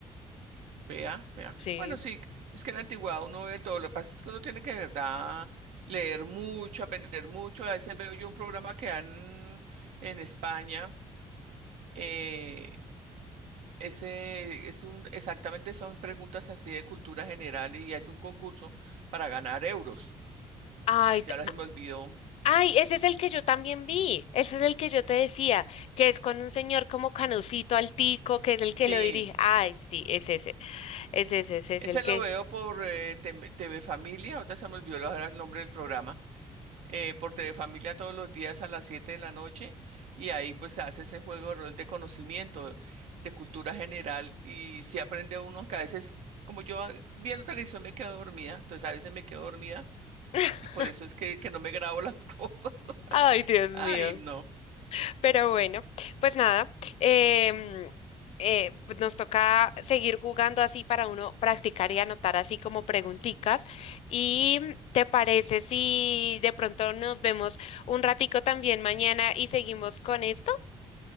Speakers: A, on the right; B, on the left.
A: Vea, vea.
B: sí.
A: Bueno, sí, es que en la antigüedad uno ve todo. Lo que pasa es que uno tiene que de verdad leer mucho, aprender mucho. A veces veo yo un programa que dan en España. eh, ese es un, exactamente son preguntas así de cultura general y es un concurso para ganar euros.
B: Ay,
A: <laughs> Ay,
B: t-
A: ahora se me olvidó.
B: ay, ese es el que yo también vi, ese es el que yo te decía, que es con un señor como Canucito Altico, que es el
A: Sí,
B: que lo dirige. Ay, sí, es ese, es ese, ese es
A: ese
B: el que.
A: lo veo por eh, Tem- T V Familia. Ahorita se me olvidó ahora el nombre del programa. eh, por T V Familia todos los días a las 7 de la noche y ahí pues se hace ese juego de rol de conocimiento, de cultura general y si aprende uno, aunque a veces como yo ah, viendo televisión me quedo dormida, entonces a veces me quedo dormida
B: <laughs>
A: y por eso es que, que no me grabo las <laughs> cosas.
B: Ay, Dios mío.
A: Ay, no.
B: Pero bueno, pues nada, em, eh, pues nos toca seguir jugando así para uno practicar y anotar así como pregunticas. ¿Y mm, te parece si de pronto nos vemos un ratico también mañana y seguimos con esto?